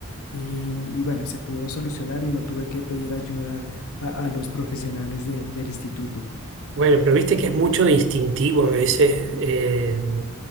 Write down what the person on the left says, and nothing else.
y, y bueno, se pudo solucionar y no tuve que pedir ayuda a, a los profesionales de- del instituto.